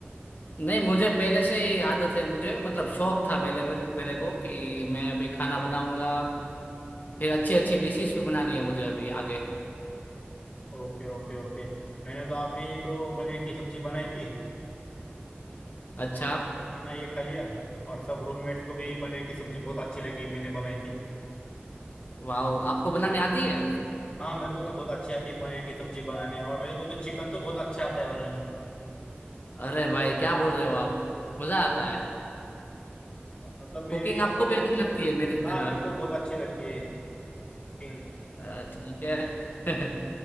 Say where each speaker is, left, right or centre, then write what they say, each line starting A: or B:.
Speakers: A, on the left; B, on the left.
A: नहीं मुझे पहले से ही आदत है मुझे मतलब शौक था पहले मेरे, मेरे को कि मैं अभी खाना बनाऊंगा फिर अच्छी अच्छी डिशेस भी बनानी है मुझे अभी आगे
B: Okay okay okay मैंने तो अभी तो पनीर की सब्जी बनाई थी
A: अच्छा
B: और खाना ये खा लिया और सब रूममेट्स को भी पनीर की सब्जी बहुत अच्छी लगी मैंने बनाई थी
A: वाह आपको बनाने आती है
B: हाँ मेरे को तो बहुत अच्छी आती है पनीर की सब्जी बनाने और मेरे को तो चिकन तो बहुत अच्छा आता है बनाने
A: अरे भाई क्या बोल रहे हो आप मजा आता है <laughs>
B: मतलब मेरी
A: कुकिंग आपको
B: तो
A: भी अच्छी लगती है मेरी
B: हाँ
A: तरह
B: मेरे को बहुत अच्छी लगती है किंग
A: अ, ठीक है <laughs>